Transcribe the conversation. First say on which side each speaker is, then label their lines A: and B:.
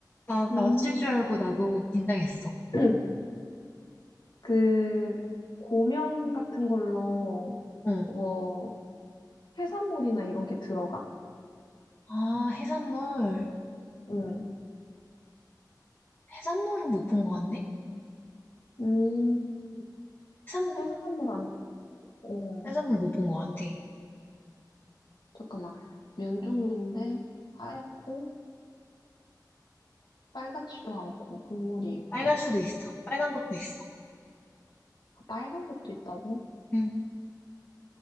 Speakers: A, on the left (about 25°); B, on the left (about 80°).
A: 나,
B: 음,
A: 나 맞출 줄 알고 나도 긴장했어.
B: <clears throat> 그 고명 같은 걸로
A: 어.
B: 뭐 해산물이나 이런 게 들어가?
A: 아, 해산물.
B: 응.
A: 해산물은 못 본 거 같네?
B: 음,
A: 해산물?
B: 해산물 안, 어,
A: 해산물 못 본 거 같아.
B: 잠깐만. 면 종류인데 하얗고 빨갛지도 않고 국물이 있고
A: 빨갈 수도 있어. 빨간 것도 있어.
B: 아, 빨간 것도 있다고?
A: 응.